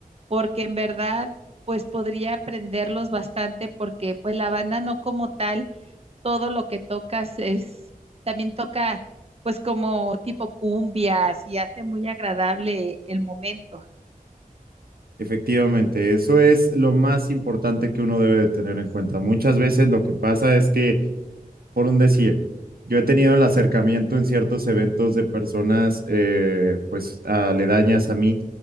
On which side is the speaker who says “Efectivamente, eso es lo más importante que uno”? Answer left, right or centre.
Right